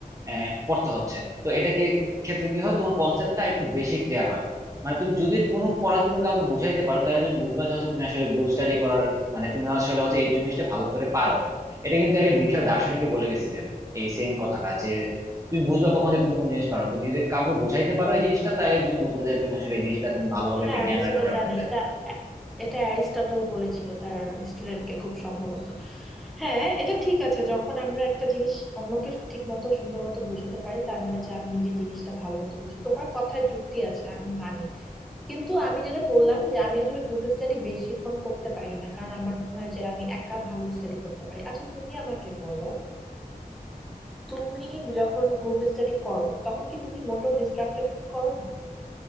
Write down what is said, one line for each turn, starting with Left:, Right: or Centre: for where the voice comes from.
Right: আহ, পড়তে হচ্ছে তো এটাকে ক্ষেত্রে কি হয় তোমার কনসেপ্টটা একটু বেশি ক্লিয়ার হয় মানে তুমি যদি কোনো পড়া তুমি কাউকে বোঝাইতে পারো তাহলে তুমি বুঝবা যে হচ্ছে তুমি আসলে গ্রুপ স্টাডি করার মানে তুমি আসলে হচ্ছে এই জিনিসটা ভালো করে পারো এটা কিন্তু একজন বিখ্যাত দার্শনিকে বলে গেছিলেন এই সেম কথাটা যে তুমি বুঝবা কখন যে তুমি কোন জিনিস পারো তুমি যদি কাউকে বোঝাইতে পারো এই জিনিসটা তাহলে তুমি বুঝবা যে তুমি আসলে এই জিনিসটা তুমি ভালোভাবে
Centre: হ্যাঁ
Right: একটা জ্ঞান
Centre: আমি
Right: রাখো
Centre: সেটা
Right: এটার
Centre: জানি
Right: মধ্যে
Centre: এটা এটা অ্যারিস্টটল বলেছিল তার স্টুডেন্টকে খুব সম্ভবত হ্যাঁ এটা ঠিক আছে যখন আমরা একটা জিনিস অন্যকে ঠিক মতো সুন্দর মতো বুঝাতে পারি তার মানে যে আমি নিজে জিনিসটা ভালো মতো বুঝি তোমার কথায় যুক্তি আছে আমি মানি কিন্তু আমি যেটা বললাম যে আমি আসলে গ্রুপ স্টাডি বেশিক্ষণ করতে পারি না কারণ আমার মনে হয় যে আমি একা ভালো স্টাডি করতে পারি আচ্ছা তুমি আমাকে বলো তুমি যখন গ্রুপ স্টাডি করো তখন কি তুমি মোটেও ডিস্ট্রাক্টেড ফিল করো না